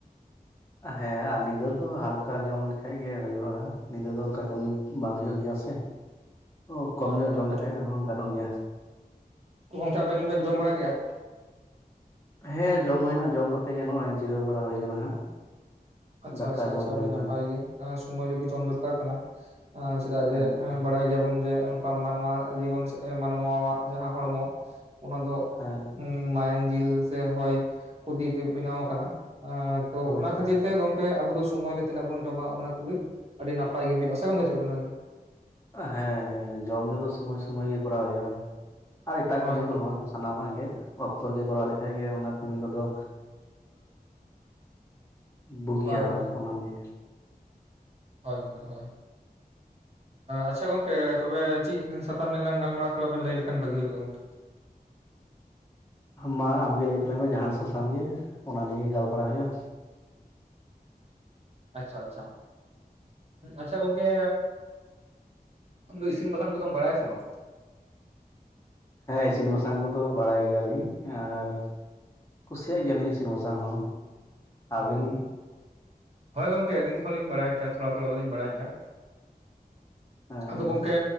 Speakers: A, on the left (about 15°); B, on the right (about 40°).
A: ᱦᱮᱸ ᱟᱨ ᱱᱤᱫᱟᱹ ᱫᱚ ᱦᱟᱞᱠᱟ ᱡᱚᱢ ᱞᱮᱠᱷᱟ ᱴᱷᱮᱡ ᱜᱮ ᱦᱩᱭᱩᱜᱼᱟ, ᱱᱤᱫᱟᱹ ᱫᱚ ᱚᱱᱠᱟ ᱠᱟᱹᱢᱤ ᱵᱟᱝ ᱦᱩᱭᱩᱜ ᱜᱮᱭᱟ ᱥᱮ᱾ ᱚ
B: ᱦᱳᱭ
A: ᱠᱚᱢ ᱧᱚᱜ
B: ᱦᱳᱭ
A: ᱡᱚᱢ
B: ᱜᱚᱝᱠᱮ
A: ᱞᱮᱠᱷᱟᱡ ᱨᱮᱦᱚᱸ ᱜᱟᱱᱚᱜ ᱜᱮᱭᱟ᱾
B: ᱛᱚ ᱜᱚᱝᱠᱮ ᱟᱵᱮᱱ ᱵᱮᱱ ᱡᱚᱢ ᱵᱟᱲᱟ ᱠᱮᱜᱼᱟ?
A: ᱦᱮᱸ ᱡᱚᱢ ᱦᱩᱭᱱᱟ ᱡᱚᱢ ᱠᱟᱛᱮᱜ ᱜᱮ ᱱᱚᱜ-ᱚᱭ ᱡᱤᱨᱟᱹᱣ ᱵᱟᱲᱟ ᱦᱩᱭ ᱠᱟᱱᱟ ᱦᱟᱸᱜ᱾
B: ᱟᱪᱪᱷᱟ
A: ᱫᱟᱠᱟ
B: ᱟᱪᱪᱷᱟ
A: ᱡᱚᱢ
B: ᱟᱪᱪᱷᱟ ᱟᱹᱰᱤ
A: ᱦᱩᱭᱱᱟ
B: ᱱᱟᱯᱟᱭ ᱜᱮ, ᱟᱸ ᱥᱚᱢᱚᱭ ᱨᱮᱜᱮ ᱡᱚᱢ ᱫᱚᱨᱠᱟᱨ ᱠᱟᱱᱟ, ᱟᱸ ᱪᱮᱫᱟᱜ
A: ᱦᱮᱸ
B: ᱡᱮ ᱵᱟᱲᱟᱭ ᱜᱮᱭᱟᱵᱚᱱ ᱡᱮ ᱚᱝᱠᱟ ᱢᱟᱱᱚᱣᱟ ᱡᱤᱵᱚᱱ ᱥᱮ ᱢᱟᱱᱣᱟᱣᱟᱜ ᱡᱟᱦᱟᱸ ᱦᱚᱲᱢᱚ, ᱚᱱᱟ ᱫᱚ
A: ᱦᱮᱸ᱾
B: ᱢᱟᱭᱟᱝ ᱡᱤᱞ ᱥᱮ ᱦᱚᱭ ᱠᱚ ᱫᱤᱭᱮ ᱜᱮ ᱵᱮᱱᱟᱣ ᱟᱠᱟᱱᱟ, ᱟᱸ ᱛᱚ
A: ᱦᱳᱭ
B: ᱚᱱᱟ ᱠᱷᱟᱹᱛᱤᱨ ᱛᱮ ᱜᱚᱝᱠᱮ ᱟᱵᱚ ᱫᱚ ᱥᱚᱢᱳᱭ ᱨᱮ ᱛᱤᱱᱟᱹᱜ ᱵᱚᱱ ᱡᱚᱢᱟ ᱚᱱᱟ ᱠᱚᱜᱮ ᱟᱹᱰᱤ ᱱᱟᱯᱟᱭ ᱜᱮ ᱦᱩᱭᱩᱜᱼᱟ, ᱥᱮ ᱜᱚᱝᱠᱮ ᱪᱮᱫ ᱵᱤᱱ ᱢᱮᱱ ᱮᱫᱟ?
A: ᱦᱮᱸ ᱦᱮᱸ ᱡᱚᱢ ᱧᱩ ᱫᱚ ᱥᱳᱢᱳᱭ ᱥᱳᱢᱚᱭ ᱜᱮ ᱠᱚᱨᱟᱣ ᱦᱩᱭᱩᱜᱼᱟ, ᱟᱨ ᱮᱴᱟᱜ
B: ᱦᱳᱭ
A: ᱠᱟᱹᱢᱤ ᱠᱚᱦᱚᱸ᱾
B: ᱦᱳᱭ
A: ᱥᱟᱱᱟᱢᱟᱜ ᱜᱮ ᱚᱠᱛᱚ ᱨᱮᱜᱮ ᱠᱚᱨᱟᱣ ᱞᱮᱠᱷᱟᱡ ᱜᱮ ᱚᱱᱟ ᱠᱟᱹᱢᱤ ᱠᱚᱫᱚ ᱵᱩᱜᱤᱭᱟ
B: ᱦᱳᱭ ᱦᱳᱭ ᱜᱚᱝ
A: ᱚᱱᱟ ᱜᱮ᱾
B: ᱦᱳᱭ ᱜᱚᱝᱠᱮ ᱦᱳᱭ᱾ ᱟᱪᱪᱷᱟ ᱜᱚᱝᱠᱮ ᱛᱚᱵᱮ ᱪᱤᱜ ᱥᱟᱛᱟᱢ ᱱᱤᱭᱮ ᱞᱟᱝ ᱜᱟᱞᱢᱟᱨᱟᱣᱟ ᱛᱷᱚᱲᱟ ᱵᱤᱱ ᱞᱟᱹᱭ ᱞᱮᱠᱷᱟᱱ ᱵᱷᱟᱹᱜᱤ ᱦᱩᱭ ᱠᱚᱜᱼᱟ ᱜᱚᱝᱠᱮ᱾
A: ᱢᱟ ᱟᱢᱜᱮ ᱞᱟᱹᱭ ᱛᱟᱞᱟᱝ ᱢᱮ ᱡᱟᱦᱟᱱ ᱥᱟᱛᱟᱢ ᱜᱮ ᱚᱱᱟ ᱱᱤᱭᱮ ᱜᱮ ᱜᱟᱞᱢᱟᱨᱟᱣ ᱦᱩᱭᱩᱜᱼᱟ
B: ᱟᱪᱪᱷᱟ ᱟᱪᱪᱷᱟ ᱟᱪᱪᱷᱟ ᱜᱚᱝᱠᱮ ᱟᱢᱫᱚ ᱤᱥᱤᱱ ᱵᱟᱥᱟᱝ ᱠᱚᱫᱚᱢ ᱵᱟᱲᱟᱭᱟ ᱥᱮ ᱵᱟᱝ?
A: ᱦᱮᱸ ᱤᱥᱤᱱ ᱵᱟᱥᱟᱝ ᱠᱚᱫᱚ ᱵᱟᱲᱟᱭ ᱜᱮᱭᱟᱞᱤᱧ ᱟᱨ ᱠᱩᱥᱤᱭᱟᱜ ᱜᱮᱭᱟᱞᱤᱧ ᱤᱥᱤᱱ ᱵᱟᱥᱟᱝ ᱦᱚᱸ, ᱟᱵᱤᱱ?
B: ᱩᱸ ᱦᱳᱭ ᱜᱚᱝᱠᱮ ᱟᱹᱞᱤᱧ ᱦᱚᱸᱞᱤᱧ ᱵᱟᱲᱟᱭ ᱜᱮᱭᱟ ᱛᱷᱚᱲᱟ ᱛᱷᱚᱲᱟ ᱫᱚᱞᱤᱧ ᱵᱟᱲᱟᱭ ᱜᱮᱭᱟ
A: ᱦᱮᱸ
B: ᱟᱫᱚ ᱜᱚᱝᱠᱮ